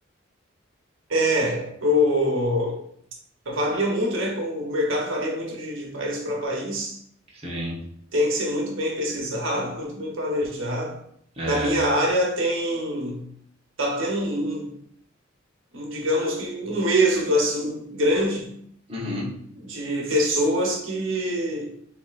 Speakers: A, on the right (about 85°); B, on the right (about 30°).
A: É, o, varia muito, né? Como O mercado varia muito de, de país para país.
B: Sim.
A: Tem que ser muito bem pesquisado, muito bem planejado.
B: É.
A: Na minha área tem, tá tendo um, um, digamos que um êxodo assim grande
B: Uhum.
A: de pessoas que